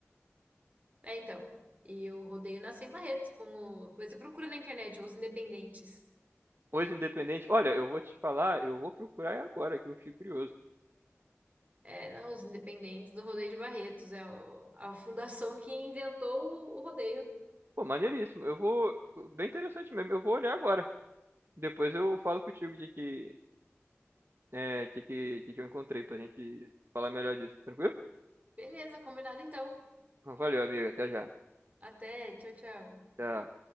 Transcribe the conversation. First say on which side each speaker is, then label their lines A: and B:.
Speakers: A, on the right; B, on the right.
A: É, então. E o rodeio nasceu em Barretos, com o, depois você procura na internet, os independentes.
B: Hoje Independente. Olha, eu vou te falar, eu vou procurar agora, que eu fiquei curioso.
A: É, não, os independentes do rodeio de Barretos. É o- a fundação que inventou o, o rodeio.
B: Pô, maneiríssimo. Eu vou. Bem interessante mesmo. Eu vou olhar agora. Depois eu falo contigo de que. É, de que, de que eu encontrei pra gente falar melhor disso, tranquilo?
A: Beleza, combinado então.
B: Então, Valeu, amiga. Até já.
A: Até, tchau, tchau.
B: Tchau.